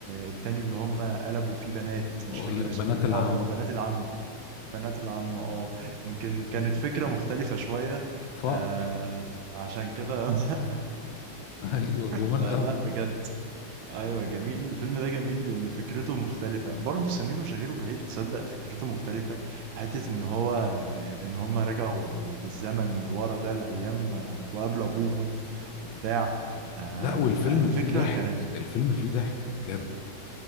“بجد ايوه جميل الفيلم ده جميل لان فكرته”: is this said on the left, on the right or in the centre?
Right